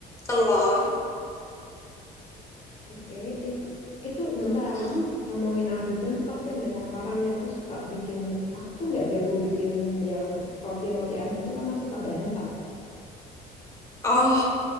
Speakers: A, on the left; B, on the left.
A: telur.
B: Oke, itu itu bentar
A: mm-mm.
B: ngomongin adonan tuh pasti ada takarannya. Aku suka bikin, aku tuh nggak jago bikin yang roti-rotian itu karena suka bantat.
A: Oh,